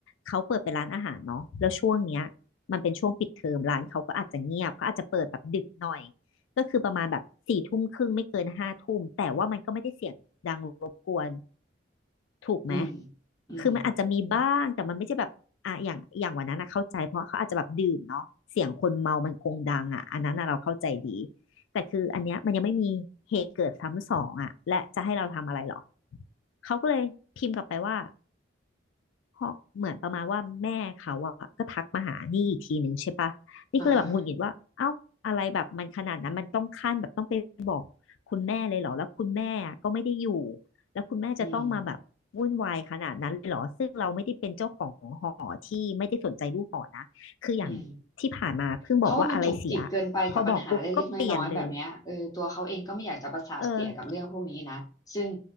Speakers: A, on the left; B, on the left.
A: เขาเปิดเป็นร้านอาหารเนาะแล้วช่วงเนี้ยมันเป็นช่วงปิดเทอมร้านเขาก็อาจจะเงียบเขาอาจจะเปิดแบบดึกหน่อยก็คือประมาณแบบสี่ทุ่มครึ่งไม่เกินห้าทุ่มแต่ว่ามันก็ไม่ได้เสียงดังรบกวน ถูกไหม
B: อืมอืม
A: คือมันอาจจะมีบ้าง แต่มันไม่ใช่แบบอ่ะอย่างอย่างวันนั้นนะเข้าใจ เพราะเขาอาจจะแบบดื่มเนาะเสียงคนเมามันคงดังอ่ะอันนั้นนะเราเข้าใจดี แต่คืออันเนี้ยมันยังไม่มีเหตุเกิดซ้ำสองอ่ะและจะให้เราทำอะไรหรอ เขาก็เลยพิมพ์กลับไปว่า เพราะเหมือนประมาณว่าแม่เขาอะก็ทักมาหานี่อีกทีหนึ่งใช่ปะนี่ก็เลยแบบหงุดหงิดว่าเอ้าอะไรแบบมันขนาดนั้นมันต้องขั้นแบบต้องไปบอกคุณแม่เลยเหรอแล้วคุณแม่อะก็ไม่ได้อยู่
B: อ่าฮะ
A: แล้วคุณแม่จะต้องมาแบบวุ่นวายขนาดนั้นเลยเหรอซึ่งเราไม่ได้เป็นเจ้าของหอที่ไม่ได้สนใจลูกหอนะคืออย่างที่ผ่านมาเพิ่งบอกว่าอะไรเสีย
B: อืมอืมเขาว่ามันจุกจิกเกินไปกับปัญหาเล็กๆน้อยๆแบบเนี้ยเออตัวเขาเองก็ไม่อยากจะประสาทเสียกับเรื่องพวกนี้นะ
A: พอบอกปุ๊บก็เปลี่ยนเลยเออ
B: ซึ่ง